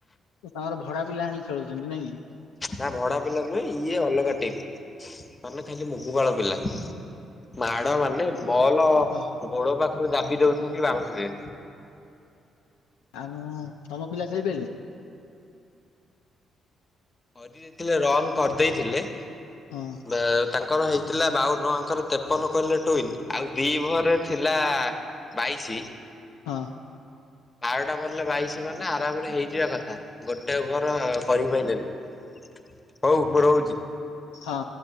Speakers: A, on the left (about 75°); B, on the left (about 30°).
A: ତ ତାଙ୍କର ଭଡା ପିଲା ଆଣିକି ଖେଳଉଛନ୍ତି ନାଇଁକି।
B: ନା ଭଡା ପିଲା ନୁହେଁ ଇଏ ଅଲଗା ଟିମ୍। ମାନେ ଖାଲି ମୁଗୁପାଳ ପିଲା ମାଡ ମାନେ ବଲ
A: ଓହୋ
B: ଗୋଡ ପାଖ ପାଖରୁ ଦାବି ଦଉଛନ୍ତି ବାଉଣ୍ଡ୍ରିରେ।
A: ଆଉ ତମ ପିଲା ଖେଳି ପାରିଲେନି?
B: କରି ଦେଇଥିଲେ ରନ୍ କରିଦେଇଥିଲେ।
A: ହଁ।
B: ବା ତାଙ୍କର ହେଇଥିଲା ବାଉନ ଆଙ୍କର ତେପନ କଲେ ଟୁଇନି। ଆଉ ଦି ଓଭରରେ ଥିଲା ବାଇଶି।
A: ହଁ।
B: ବାରଟା ବଲରେ ବାଇଶି ମାନେ ଆରାମରେ ହେଇଯିବା କଥା। ଗୋଟେ ଓଭର କରିପାଇଲେନି ହଉ ମୁଁ ରହୁଛି।
A: ହଁ।